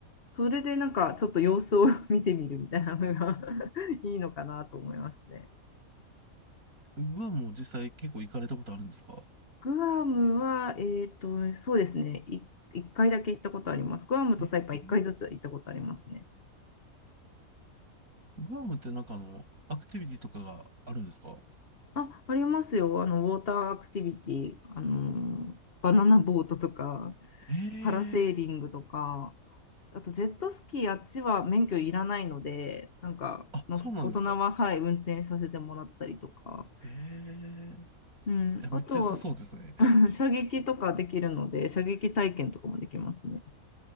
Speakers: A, on the left (about 45°); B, on the right (about 85°).
A: それでなんかちょっと様子を <laughs> 見てみるみたいなのが <laughs> いいのかなと思いますね。
B: グアムも実際結構行かれたことあるんですか
A: グアムは、えっと、そうですね、い、1回だけ行ったことあります。グアムとサイパン1回ずつ行ったことありますね。
B: へえー。グアムってなんかあの、アクティビティとかがあるんですか
A: あ、ありますよ。あの、ウォーターアクティビティ、あのバナナボートとか、
B: へえ。
A: パラセーリングとか、あとジェットスキー、あっちは免許いらないので、なんか、
B: あ、
A: の大人は、
B: そうなんですか。
A: はい、運転させてもらったりとか、
B: へえ。
A: うん、
B: いや、めっちゃ良さそうですね。
A: あとは、<laughs> 射撃とかできるので、射撃体験とかもできますね。